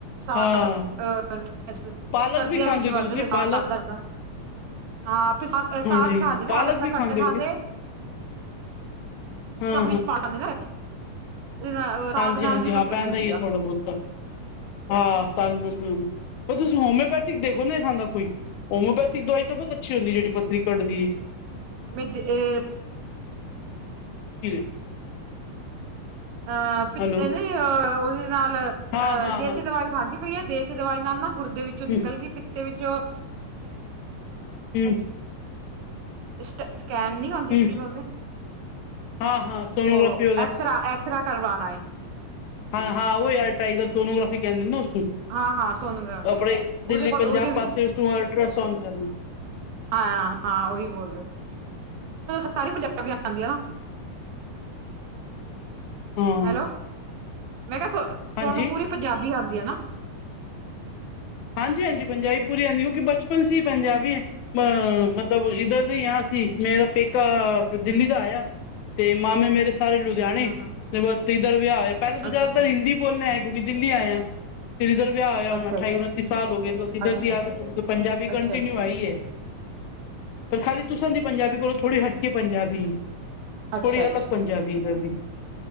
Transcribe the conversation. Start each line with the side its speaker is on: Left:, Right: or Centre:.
Right: ਸਾਗ
Left: ਹਾਂ
Right: ਅਹ
Left: ਪਾਲਕ
Right: ਸਰਦੀਆਂ
Left: ਵੀ ਖਾਂਦੇ
Right: ਵਿੱਚ
Left: ਹੋਗੇ
Right: ਵੱਧ
Left: ਤੁਸੀਂ
Right: ਗ ਸਾਗ
Left: ਪਾਲਕ
Right: ਖਾਧਾ ਜਾਂਦਾ, ਹਾਂ
Left: ਹਾਂਜੀ
Right: ਸਾਗ ਖਾਂਦੇ ਪਾਲਕ ਤਾਂ
Left: ਵੀ
Right: ਘੱਟ ਖਾਂਦੇ
Left: ਹੋਗੇ ਹਾਂ
Right: ਸਭ ਕੁਛ ਪਾ ਲੈਂਦੇ ਨਾ ਉਹਦੇ ਨਾਲ ਸਾਗ
Left: ਹਾਂਜੀ-ਹਾਂਜੀ
Right: ਨਾਲ ਵੀ
Left: ਹਾਂ ਪੈਂਦਾ
Right: ਹੁੰਦੀ
Left: ਹੀ ਹੈ ਥੋੜਾ
Right: ਆ
Left: ਬਹੁਤਾ ਹਾਂ ਸ ਮ ਪਰ ਤੁਸੀਂ ਹੋਮਿਓਪੈਥਿਕ ਦੇਖੋ ਨਾ ਇਹ ਖਾਂ ਦਾ ਕੋਈ ਹੋਮਿਓਪੈਥਿਕ ਦਵਾਈ ਬਹੁਤ ਅੱਛੀ ਹੁੰਦੀ ਜਿਹੜੀ ਪੱਥਰੀ ਕੱਢਦੀ ਹੈ।
Right: ਮ
Left: <inaudible>
Right: ਅਹ ਪਿ
Left: ਹੈਲੋ
Right: ਅ ਉਹਦੇ ਨਾਲ ਅਹ
Left: ਹਾਂ ਹਾਂ
Right: ਦੇਸੀ
Left: ਹਾਂ
Right: ਦਵਾਈ ਖਾਂਦੀ ਪਈ ਹੈ ਦੇਸੀ ਦਵਾਈ ਨਾਲ ਨਾ ਗੁਰਦੇ ਵਿੱਚੋਂ ਨਿਕਲ
Left: ਹਮ
Right: ਗਈ ਪਿੱਤੇ ਵਿੱਚੋਂ
Left: ਹਮ
Right: <inaudible> ਸਕੈਨ ਨੀ ਆਉਂਦੀ
Left: ਹਮ
Right: ਕੀ ਬੋਲਦੇ
Left: ਹਾਂ ਹਾਂ ਸੋਨੋਗ੍ਰਾਫੀ
Right: ਉਹ ਐਕਸਰਾ ਪਾਣਾ ਏ
Left: ਹਾਂ-ਹਾਂ ਉਹੀ ਆਲਟਾ ਇਧਰ ਸੋਨੋਗਾਫੀ ਕਹਿੰਦੇ ਨਾ
Right: ਹਾਂ ਹਾਂ ਸੋਨੋਗ੍ਰਾਫੀ
Left: ਆਪਣੇ ਦਿੱਲੀ
Right: ਉਹਦੇ ਕੋਲ
Left: ਪੰਜਾਬ
Right: ਉਹਦੇ
Left: ਪਾਸੇ ਉਸਨੂੰ ਅਲਟਰਾਸਾਊਂਡ ਲ
Right: ਹਾਂ-ਹਾਂ ਉਹੀ ਬੋਲਦੇ ਸਾਰ ਪੰਜਾਬੀਆਂ ਆਉਂਦੀਆਂ
Left: ਹਾਂ
Right: ਹੈਲੋ ਮੈਂ ਕਿਹਾ ਤੁਹਾਨੂੰ
Left: ਹਾਂਜੀ
Right: ਪੂਰੀ ਪੰਜਾਬੀ ਆਦੀ ਆ ਨਾ
Left: ਹਾਂਜੀ-ਹਾਂਜੀ ਪੰਜਾਬੀ ਪੂਰੀ ਆਉਂਦੀ ਕਿਉਂਕਿ ਬਚਪਨ ਸੀ ਪੰਜਾਬੀ ਹੈ ਅ ਮਤਲਬ ਇੱਧਰ ਆ ਸੀ ਮੇਰਾ ਪੇਕਾ ਦਿੱਲੀ ਦਾ ਆਇਆ ਤੇ ਮਾਮੇ ਮੇਰੇ ਸਾਰੇ ਲੁਧਿਆਣੇ
Right: ਹਾਂ ਹਾਂ
Left: ਇਧਰ ਵਿਆਹ ਆਇਆ ਪਹਿਲਾਂ ਤਾਂ
Right: ਅੱਛਾ
Left: ਜ਼ਿਆਦਾਤਰ ਹਿੰਦੀ ਬੋਲਣੇ ਆ ਕਿਉਂਕਿ ਦਿੱਲੀ ਆਏ ਆ ਤੇਰੇ ਦਰ ਵਿਆਹ ਹੋਇਆ ਹੋਣਾ
Right: ਅੱਛਾ ਅੱਛਾ
Left: ਸਾਲ ਹੋ ਗਏ ਇਧਰ
Right: ਅੱਛਾ
Left: ਦੀ ਆਦਤ ਪੰਜਾਬੀ
Right: ਅੱਛਾ
Left: ਕੰਟੀਨਿਊ
Right: ਅੱਛਾ
Left: ਆਈ ਹੈ ਪਰ ਖਾਲੀ
Right: ਅੱਛਾ
Left: ਤੁਸਾ ਦੀ ਪੰਜਾਬੀ ਕੋਲੋਂ ਥੋੜ੍ਹੀ ਹਟਕੇ ਪੰਜਾਬੀ ਹੈ
Right: ਅੱਛਾ ਅੱਛਾ
Left: ਥੋੜ੍ਹੀ ਅਲੱਗ ਪੰਜਾਬੀ ਇੱਧਰ ਦੀ <inaudible>